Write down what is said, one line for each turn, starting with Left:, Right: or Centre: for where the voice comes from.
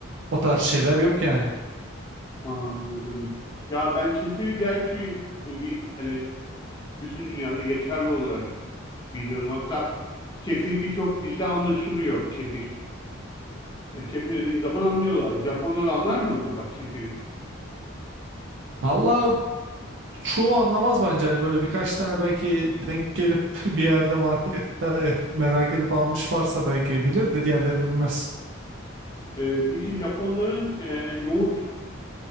Right: o tarz şeyler yok yani.
Left: Anladım. Ya ben kefiri gerçi bir hani bütün dünyada geçerli olarak biliyorum. Hatta kefir birçok dilde anlaşılıyor kefir. Yani kefir dediğin zaman anlıyorlar. Japonlar anlar mı acaba kefiri?
Right: Valla çoğu anlamaz bence hani böyle birkaç tane belki denk gelip bir yerde markette merak edip almış varsa belki bilir de diğerleri bilmez.
Left: Ee, peki Japonların e, yoğurt